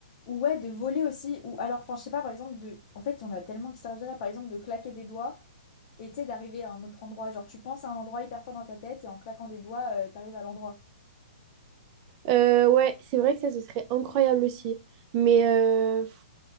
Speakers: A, on the left (about 45°); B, on the right (about 35°).
A: ou ouais, de voler aussi. Ou alors, enfin, je sais pas, par exemple, de... En fait, il y en a tellement qui serviraient, par exemple, de claquer des doigts. Et tu sais, d'arriver à un autre endroit. Genre, tu penses à un endroit hyper fort dans ta tête et en claquant des doigts, euh, t'arrives à l'endroit.
B: Euh, ouais, c'est vrai que ça, ce serait incroyable aussi. Mais euh, pff,